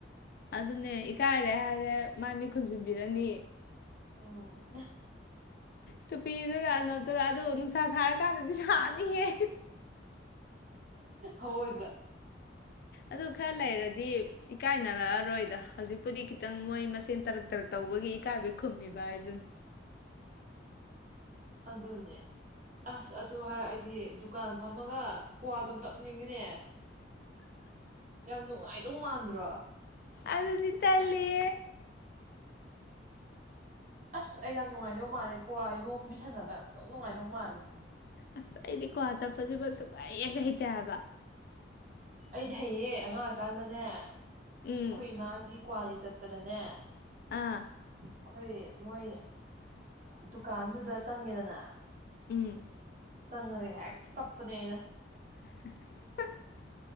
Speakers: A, on the left; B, on the right.
A: ꯑꯗꯨꯅꯦ ꯏꯀꯥꯏꯔꯦ ꯍꯥꯏꯔꯦ ꯃꯥꯏ ꯃꯤꯠ ꯈꯨꯝꯖꯤꯟꯕꯤꯔꯅꯤ
B: ꯎꯝ
A: ꯇꯨꯄꯤꯗꯨꯒ ꯑꯅꯣꯛ ꯑꯗꯨꯒ ꯑꯗꯣ ꯅꯨꯡꯁꯥ ꯁꯥꯔꯀꯥꯟꯗꯗꯤ ꯁꯥꯅꯤꯍꯦ
B: ꯑꯑꯣꯏꯕ
A: ꯑꯗꯨ ꯈꯔ ꯂꯩꯔꯗꯤ ꯏꯀꯥꯏꯅꯔꯛꯑꯔꯣꯏꯗ ꯍꯧꯖꯤꯛꯄꯨꯗꯤ ꯈꯤꯇꯪ ꯃꯣꯏ ꯃꯁꯦꯟ ꯇꯔꯛ ꯇꯔꯛ ꯇꯧꯕꯒꯤ ꯏꯀꯥꯏꯕ ꯈꯨꯝꯃꯤꯕ ꯍꯥꯏꯗꯨꯅꯤ
B: ꯑꯗꯨꯅꯦ ꯑꯁ ꯑꯗꯨ ꯍꯥꯏꯔ ꯑꯩꯗꯤ ꯗꯨꯀꯥꯟ ꯐꯝꯃꯒ ꯀꯋꯥꯗꯨꯝ ꯇꯞꯅꯤꯡꯉꯤꯅꯦ ꯌꯥꯝ ꯅꯨꯡꯉꯥꯏꯗꯧ ꯃꯥꯟꯗ꯭ꯔꯣ
A: ꯑꯗꯨꯗꯤ ꯇꯜꯂꯦ
B: ꯑꯁ ꯑꯩ ꯌꯥꯝ ꯅꯨꯡꯉꯥꯏꯗꯧ ꯃꯥꯜꯂꯦꯀꯣ ꯌꯣꯝꯃ ꯄꯤꯁꯟꯅꯅꯕ ꯌꯥꯝ ꯅꯨꯡꯉꯥꯏꯗꯧ ꯃꯥꯜꯂꯦ
A: ꯑꯁ ꯑꯩꯗꯤ ꯀꯋꯥ ꯇꯞꯄꯁꯤꯃ ꯁꯨꯡꯍꯩ ꯍꯦꯛ ꯍꯩꯇꯦ ꯍꯥꯏꯕ
B: ꯑꯩꯗꯤ ꯍꯩꯌꯦ ꯑꯉꯥꯡ ꯑꯣꯏꯀꯥꯟꯗꯅꯦ ꯑꯩꯈꯣꯏ
A: ꯎꯝ
B: ꯏꯃꯥꯒꯤ ꯀꯋꯥ ꯂꯩꯕ ꯆꯠꯄꯗꯅꯦ
A: ꯑꯥ
B: ꯑꯩꯈꯣꯏ ꯃꯣꯏ ꯗꯨꯀꯥꯟꯗꯨꯗ ꯆꯪꯉꯦꯗꯅ
A: ꯎꯝ
B: ꯆꯪꯉꯒꯦ ꯍꯦꯛꯇ ꯇꯞꯄꯅꯦ ꯑꯩꯅ
A: <unintelligible>